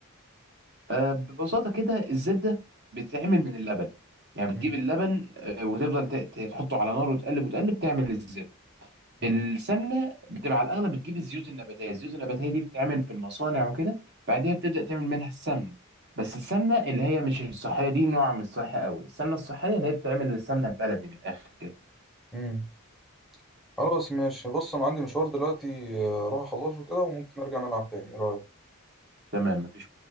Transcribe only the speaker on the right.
آه، ببساطة كده الزبدة بتتعمل من اللبن يعني
بتجيب اللبن آه، وتفضل ت- ت- تحطه على نار وتقلب وتقلب تعمل الزبدة
السمنة بتبقى على الأغلب بتجيب الزيوت النباتية الزيوت النباتية دي بتتعمل في المصانع وكده بعدها بتبدأ تعمل منها السمن بس السمنة اللي هي مش الصحية دي نوع من الصحة قوي السمنة الصحية اللي هي بتتعمل السمنة البلدي من الآخر كده
تمام مفيش